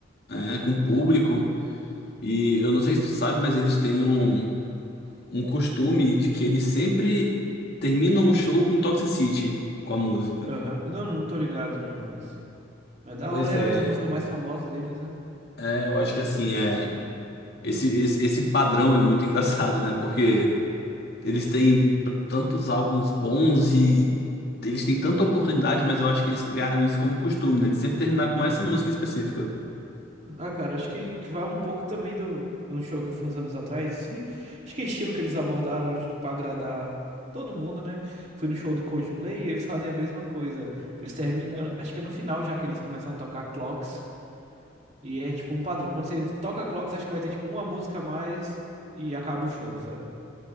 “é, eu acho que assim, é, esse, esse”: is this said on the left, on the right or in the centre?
Left